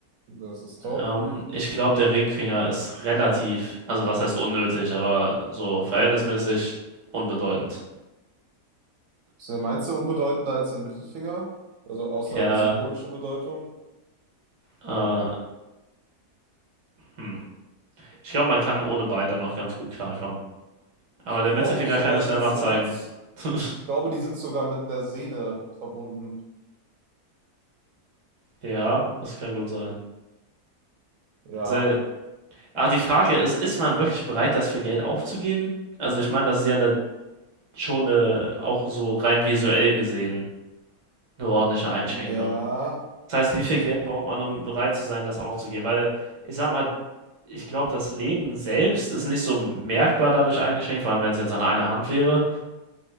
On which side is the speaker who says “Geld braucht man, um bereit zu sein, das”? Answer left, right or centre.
Right